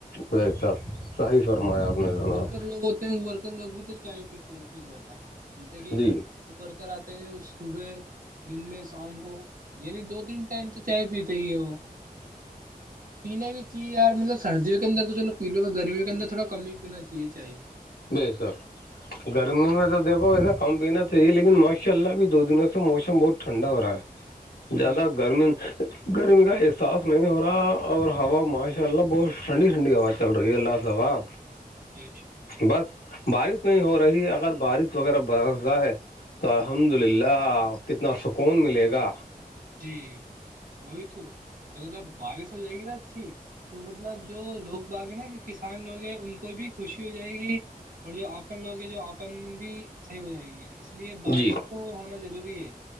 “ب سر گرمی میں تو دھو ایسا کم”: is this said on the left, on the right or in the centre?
Left